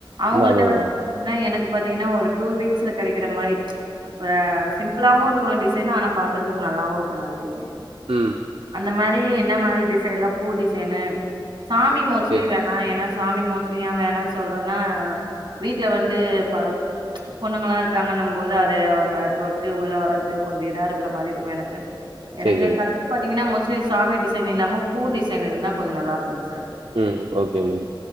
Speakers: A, on the right; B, on the right.
A: அவுங்கள்ட்ட
B: ம் ஆமாங்க
A: வந்து
B: மேடம்
A: பாத்திங்னா எனக் பாத்தீங்கன்னா ஒரு டூ வீக்ஸ்ல கெடைக்கிற மாரி ப சிம்ப்புளாவு இருக்ணு டிஸ் தினா ஆனா பாக்குறதுக்கு நல்லாவு இருக்குனு டிசைன்
B: ம்
A: அந்த மரி என்ன மாரி டிசைன்ல்லா பூ டிசைனு சாமி மொஸ்ட்லி
B: சேரி
A: வேணா ஏனா சாமி மோஸ்ட்லியா வேணான் சொல்றேனா வீட்டுல வந்து பல பொண்ணுங்களா இருக்காங்கன்னு போது அத அவ்ங்க தொட்டு உள்ள வர்றது கொஞ்ச இதா இருக்குற மாரி இருக்கு எனக்கு எனக்கு
B: சேரி சேரி
A: கதுல பாத்தீங்கனா மோஸ் சாமி டிசைன் இல்லாம பூ டிசைன் இருந்தா கொஞ்சம் நல்லா இருக்கும் சார்
B: ம் ஓகேம்மு